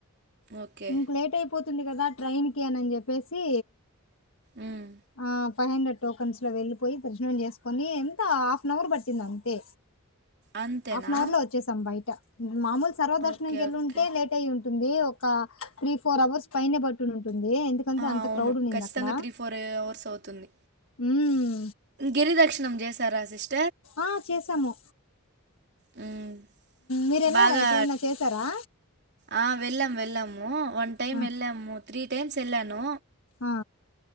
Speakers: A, on the right; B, on the left.
A: ఓకే
B: ఇంక లేట్ అయిపోతుంది కదా ట్రైన్ కి అనని చెప్పేసి
A: మ్మ్.
B: ఆ ఫైవ్ హండ్రెడ్ టోకన్స్ లో వెళ్లిపోయి దర్శనం చేసుకొని ఎంత హాఫ్ అన్ అవర్ పట్టింది అంతే
A: అంతేనా
B: హాఫ్ అన్ అవర్ లో వచ్చేసాం బయట మామూలు సర్వదర్శనంనికి
A: ఓకే
B: వెళ్లి
A: ఓకే
B: ఉంటే లేట్ అయి ఉం ంది ఒక త్రీ ఫోర్ అవర్స్ పైైన పట్టు ఉం టుంది ఎందుకంటే
A: ఆ!
B: అంత
A: అవును.
B: క్రౌడ్ ఉండింది
A: ఖచ్చితంగా
B: అక్కడ
A: అవర్స్ అవుతుంది.
B: హుం
A: గిరిదక్షిణం చేశారా సిిస్
B: ఆ చేసాము
A: హ్మ్.
B: మీరు వెళ్ళారా
A: బాగా
B: ఎప్పుడైనా చేసారా
A: ఆ వెళ్ళాము వెళ్ళాము వన్ టైమ్
B: ఆ
A: వెళ్ళాము త్రీ టైమ్స్ వెళ్ళాను
B: ఆ